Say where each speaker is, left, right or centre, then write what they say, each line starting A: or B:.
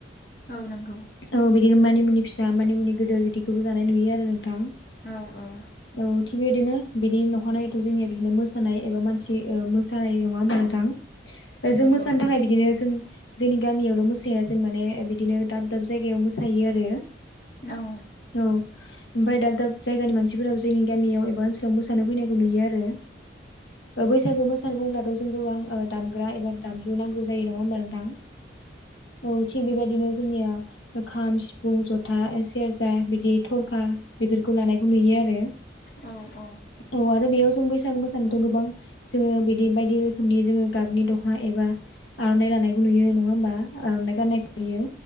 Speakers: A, on the left; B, on the left.
A: औ नांगौ
B: औ बिदिनो मानिमुनि फिसा मानिमुनि गिदिर गिदिरखौबो जानाय नुयो आरो नोंथां।
A: औ औ
B: औ थि बेबायदिनो बिनि न'खरनायथ' जोंनिया बिदिनो मोसानाय एबा मानसि ओ मोसानाय नङा होनोमबा नोंथां आरो जों मोसानो
A: औ
B: थाखाय बिदिनो जों जोंनि गामियावल' मोसाया जों माने बिदिनो दाब दाब जायगायाव मोसायो आरो
A: औ
B: औ ओमफ्राय दाब दाब जायगानि मानसिफोराबो जोंनि गामियाव एबा ओनसोलाव मोसानो फैनायखौ नुयो आरो बैसागु मोसानो बुंङोब्लाथ खौ आं दामग्रा एबा दामजु नांगौ जायो नङा होमबा नोंथां औ थिग बेबायदिनो जोंनिया खाम सिफुं जथा सेरजा बिदि थरखा बेफोरखौ लानायखौ नुयो आरो
A: औ औ
B: औ आरो बेयाव जों बैसागु मोसानायथ' गोबां जोङो बिदि बायदि रोखोमनि जोङो गाबनि दख'ना एबा आर'नाइ लानायखौ नुयो नङा होमबा आर'नाइ गाननाय जुयो